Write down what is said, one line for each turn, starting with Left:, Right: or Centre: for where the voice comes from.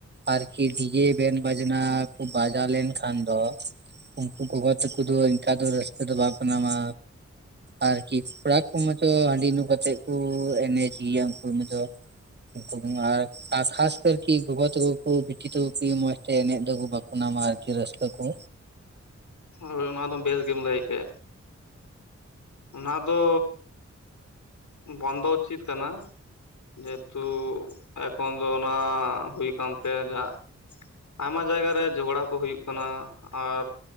Right: ᱟᱨᱠᱤ ᱰᱤᱡᱮ ᱵᱮᱱ ᱵᱟᱡᱽᱱᱟ ᱠᱚ ᱵᱟᱡᱟᱣ ᱞᱮᱱᱠᱷᱟᱱ ᱫᱚ᱾ ᱩᱱᱠᱩ ᱜᱚᱜᱚ ᱛᱟᱠᱚ ᱫᱚ ᱤᱱᱠᱟ ᱫᱚ ᱨᱟᱹᱥᱠᱟᱹ ᱫᱚ ᱵᱟᱠᱚ ᱧᱟᱢᱟ᱾ ᱟᱹᱨᱠᱤ ᱠᱚᱲᱟ ᱠᱚ ᱢᱟᱛᱚ ᱦᱟᱺᱰᱤ ᱧᱩ ᱠᱟᱛᱮ ᱠᱚ ᱮᱱᱮᱡ ᱜᱮᱭᱟ ᱩᱱᱠᱩ ᱢᱟᱛᱚ ᱾ ᱩᱱᱠᱩ ᱠᱚᱢᱟ ᱟᱨ ᱠᱷᱟᱥ ᱠᱷᱟᱥ ᱛᱮ ᱴᱤ ᱜᱚᱜᱚ ᱛᱟᱠᱚ ᱠᱚ ᱵᱤᱴᱤ ᱛᱟᱠᱚ ᱠᱚ ᱤᱭᱟᱹ ᱢᱚᱡᱽ ᱛᱮ ᱮᱱᱮᱡ ᱫᱚᱠᱚ ᱵᱟᱠ ᱚᱱᱟ ᱢᱟ ᱟᱹᱨᱠᱤ ᱨᱟᱹᱥᱠᱟᱹ ᱠᱚ᱾
Left: ᱦᱳᱭ, ᱚᱱᱟ ᱫᱚ ᱵᱮᱥ ᱜᱮᱢ ᱞᱟᱹᱭ ᱠᱮᱜ ᱾ ᱚᱱᱟ ᱫᱚᱻ ᱵᱚᱱᱫᱚ ᱩᱪᱤᱛ ᱠᱟᱱᱟ ᱾ ᱡᱮᱦᱮᱸᱛᱩ ᱮᱠᱷᱚᱱ ᱫᱚ ᱚᱱᱟ ᱦᱩᱭ ᱠᱟᱱ ᱛᱮ ᱡᱟᱦᱟᱸ᱾ ᱟᱭᱢᱟ ᱡᱟᱭᱜᱟ ᱨᱮ ᱡᱷᱚᱜᱽᱲᱟ ᱠᱩ ᱦᱩᱭᱩᱜ ᱠᱟᱱᱟ ᱟᱨ